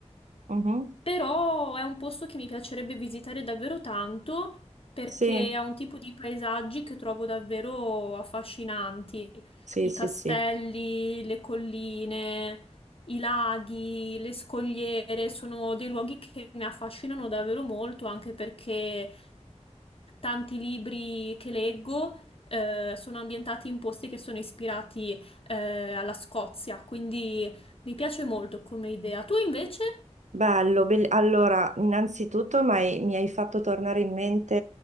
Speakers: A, on the right; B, on the left.
A: Mhm.
B: Però è un posto che mi piacerebbe visitare davvero tanto perché
A: Sì,
B: ha un tipo di paesaggi che trovo davvero affascinanti.
A: sì,
B: I
A: sì,
B: castelli,
A: sì.
B: le colline, i laghi, le scogliere sono dei luoghi che mi affascinano davvero molto, anche perché tanti libri che leggo, eh, sono ambientati in posti che sono ispirati, eh, alla Scozia, quindi mi piace molto come idea. Tu invece?
A: Bello, bell- allora, innanzitutto mi hai, mi hai fatto tornare in mente